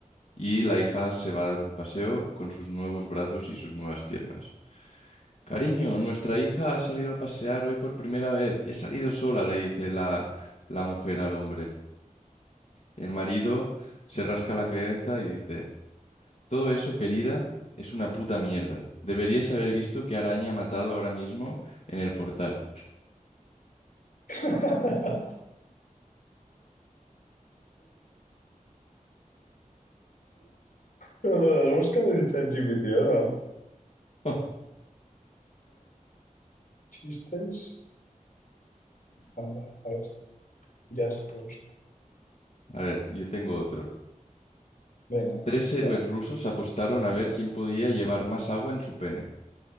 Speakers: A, on the left (about 55°); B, on the left (about 75°).
A: Y la hija se va a dar un paseo con sus nuevos brazos y sus nuevas piernas. Cariño, nuestra hija ha salido a pasear hoy por primera vez y ha salido sola, le dice la, la mujer al hombre. El marido se rasca la cabeza y dice, Todo eso, querida, es una puta mierda. Deberías haber visto qué araña ha matado ahora mismo en el portal.
B: <laughs> Pero lo has buscado en ChatGPT, ¿o no?
A: <laughs>
B: ¿Chistes? A ver, a ver, ya sé qué busco.
A: A ver, yo tengo otro.
B: Venga,
A: Tres
B: dispara.
A: héroes rusos apostaron a ver quién podía llevar más agua en su pene.